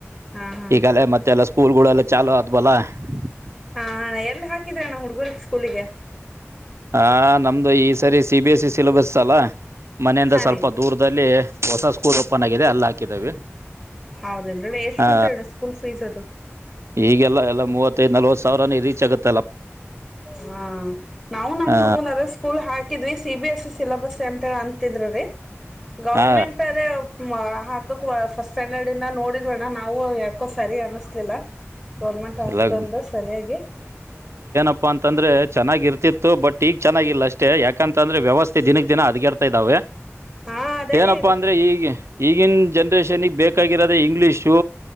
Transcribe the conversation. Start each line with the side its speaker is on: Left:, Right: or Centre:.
Left: ಹಾ ಹಾ
Right: ಈಗಲೇ ಮತ್ತೆಲ್ಲ ಸ್ಕೂಲ್ ಗಳೇಲ್ಲ ಚಾಲೂ ಆದವಲ್ಲ? <unintelligible>
Left: ಹಾ ಎಲ್ಲಿ ಹಾಕಿದ್ರಣ ಹುಡ್ಗರ್ ಸ್ಕೂಲಿಗೆ
Right: ಹ ನಮ್ದು ಈ ಸರಿ C B S C syllabus ಅಲ್ಲ ಮನೆಯಿಂದ
Left: ಹಾ
Right: ಸ್ವಲ್ಪ
Left: ರೀ
Right: ದೂರದಲ್ಲಿ ಹೊಸ ಸ್ಕೂಲ್ ಓಪನ್ ಆಗಿದೆ ಅಲ್ಲ ಹಾಕಿದವಿ
Left: ಹೌದೇನ್ರಿ ಎಷ್ಟ್
Right: ಹಾ
Left: ಬಂತಣ್ಣ ಸ್ಕೂಲ್ ಫೀಸ್ ಅದು
Right: ಈಗೆಲ್ಲ ಎಲ್ಲಾ ಮೂವತ್ತದ ನಲ್ವತ್ತು ಸಾವರ ರೀಚ್ ಆಗುತ್ತ
Left: ಹ ನಾವು ನಮ್
Right: ಆ
Left: ಹುಡ್ಗನ ಸ್ಕೂಲ್ ಹಾಕಿದ್ವಿ C B S C syllabus ಅಂತ ಅಂತಿದ್ರು ರೀ ಗೌರ್ಮೆಂಟ್
Right: ಹಾ
Left: ಅದ ಹಾಕಕ್ ಫಸ್ಟ್ ಸ್ಟ್ಯಾಡರ್ಡ್ ಇಂದ ನೋಡಿದ್ವಣ್ಣ ನಾವು ಯಾಕೋ ಸರಿ ಅನಸ್ಲಿಲ್ಲ ಗೌರ್ಮೆಂಟ್ ಹಾಸ್ಪತ್
Right: ಎಲ್ಲ
Left: ಅಂದ ಸರಿಯಾಗಿ
Right: ಪ್ಪ ಅಂತಂದ್ರೆ ಚೆನ್ನಾಗಿರ್ತಿತ್ತು ಬಟ್ ಈಗ ಚೆನ್ನಾಗಿಲ್ಲ ಅಷ್ಟೇ ಯಾಕಂತಂದ್ರೆ ವ್ಯವಸ್ಥೆ ದಿನಕ್ಕೆ ದಿನ ಹದಗೆಡ್ತಾ ಇದ್ದಾವೆ
Left: ಹಾ ಅದೇರೀ
Right: ಏನಪ್ಪಾ ಅಂದ್ರೆ ಈಗ ಈಗಿನ ಜನ ಬೇಕಾಗಿರೋದ ಇಂಗ್ಲಿಷು